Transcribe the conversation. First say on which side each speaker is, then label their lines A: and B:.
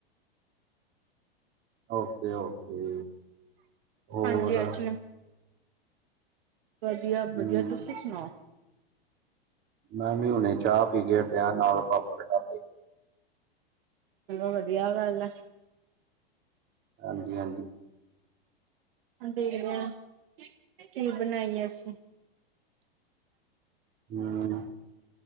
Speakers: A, on the right (about 35°); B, on the right (about 65°).
A: ਓਕੇ ਓਕੇ ਹੋਰ
B: ਹਾਂਜੀ ਅੱਜ ਵਧੀਆ
A: ਹੂੰ
B: ਵਧੀਆ ਤੁਸੀ ਸੁਣਾਓ
A: ਮੈਂ ਵੀ ਹੁਣੇ ਚਾਹ ਪੀ ਕੇ ਹਟਿਆ ਨਾਲ ਪਾਪੜ ਖਾ
B: ਚਲੋ ਵਧੀਆ ਗੱਲ ਆ
A: ਹਾਂਜੀ ਹਾਂਜੀ
B: ਦੇਖ ਦੇ ਕੀ ਬਣਾਈ ਏ ਅਸੀਂ
A: ਹਮ